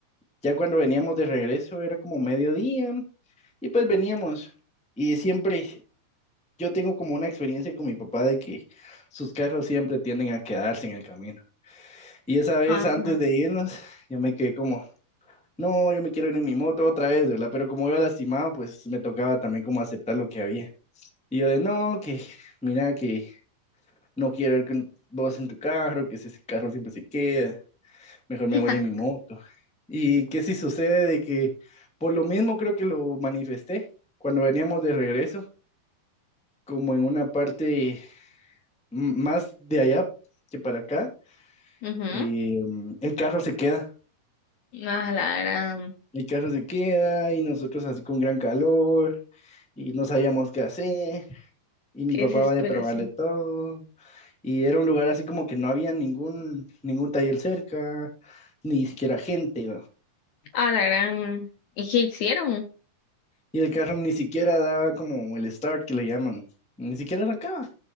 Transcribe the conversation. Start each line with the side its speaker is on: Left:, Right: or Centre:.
Centre: ya cuando veníamos de regreso era como mediodía y pues veníamos. Y siempre yo tengo como una experiencia con mi papá de que sus carros siempre tienden a quedarse en el camino. Y esa vez
Left: Ah,
Centre: antes de irnos, yo me quedé como, no, yo me quiero ir en mi moto otra vez, ¿verdad? Pero como iba lastimado, pues me tocaba también como aceptar lo que había. Y yo de, no, que mira que no quiero ir con vos en tu carro, que ese carro siempre se queda. mejor me
Left: <laughs>
Centre: voy en mi moto. Y que si sucede de que, por lo mismo creo que lo manifesté cuando veníamos de regreso, como en una parte m- más de allá que para acá,
Left: mhm
Centre: eh, el carro se queda,
Left: a la gran,
Centre: el carro se queda y nosotros así con gran calor y no sabíamos qué hacer y mi
Left: qué
Centre: papá
Left: desesperación.
Centre: va a probarle todo y era un lugar así como que no había ningún, ningún taller cerca, ni siquiera gente,
Left: a la gran, ¿y qué hicieron?
Centre: Y el carro ni siquiera daba como el start que le llaman, ni siquiera arrancaba.